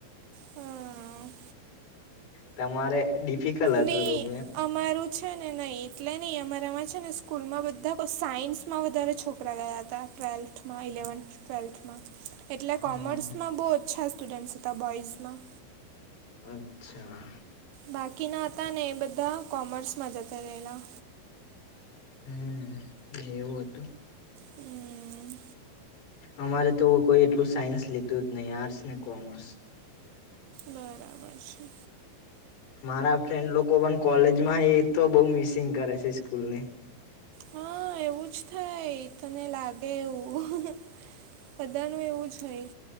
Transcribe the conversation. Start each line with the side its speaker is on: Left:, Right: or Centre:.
Right: હમ.
Left: તમારે ડિફિકલ્ટ
Right: નહીં
Left: હતું રૂમે એમ?
Right: અમારું છે ને નહીં એટલે નહીં અમારામાં છે ને સ્કૂલમાં બધા સાયન્સમાં વધારે છોક <inaudible> તા ટ્વેલ્થમાં ઇલેવન્થ ટ્વેલ્થમાં. એટલે
Left: હા
Right: કોમર્સમાં બહુ ઓચ્છા સ્ટુડન્ટ્સ હતા બોઇઝમાં.
Left: અચ્છા.
Right: બાકીના હતા ને એ બધા કોમર્સમાં જતા રહેલા.
Left: હમ એવું હતું?
Right: હમ
Left: અમારે તો કોઈ એટલું સાયન્સ લેતું જ નહીં. આર્ટસ ને કોમર્સ.
Right: બરાબર છે.
Left: મારા ફ્રેન્ડ લોકો પણ કોલેજમાં એતો બઉ મિસિંગ કરે છે સ્કૂલને.
Right: હા એવું જ થાય. તને લાગે એવું. બધાનું એવું જ હોય.